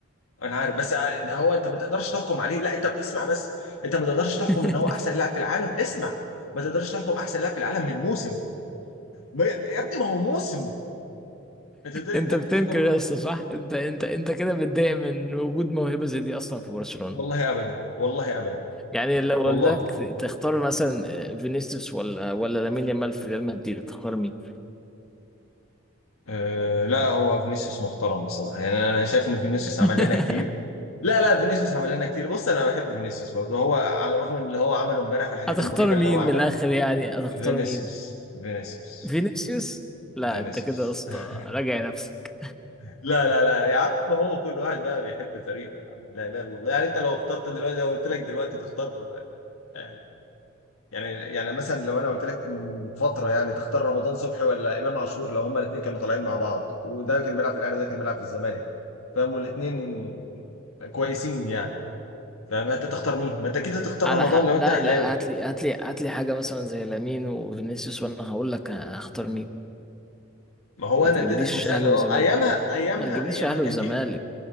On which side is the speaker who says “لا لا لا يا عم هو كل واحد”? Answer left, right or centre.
Left